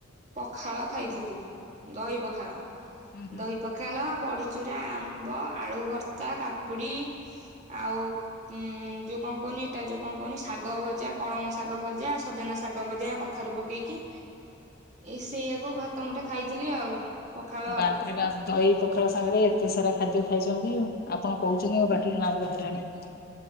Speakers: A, on the right (about 35°); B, on the left (about 50°).
A: ପଖାଳ ଖାଇଥିଲି ଦହି ପଖାଳ
B: ହୁଁ ହୁଁ।
A: ଦହି ପଖ ପଖାଳ ବଡ଼ିଚୁରା ଆମ୍ବ ଆଳୁ ଭର୍ତ୍ତା କାକୁଡ଼ି ଆଉ ଉଁ ଯୋଉ କଣ କୁହନି ଏଟା ଯୋଉ କଣ କୁହନି ଶାଗ ଭଜା କଳମ ଶାଗ ଭଜା ସଜନା ଶାଗ ଭଜା କଖାରୁ ପକେଇକି ଏଇ ସେଇଆାକୁ ଭାତ ମୁଟେ ଖାଇଥିଲି ଆଉ। ପଖାଳ
B: ବାପରେ
A: ଆଉ
B: ବାପ ଦହି ପଖାଳ ସାଙ୍ଗରେ ଏତେ ସାରା ଖାଦ୍ୟ ଖାଇଚନ୍ତି ଆପଣ କୋହୁଚନ୍ତି ମୋ ବାଟିରୁ ନାଳ ବାହାରିଲାଣି।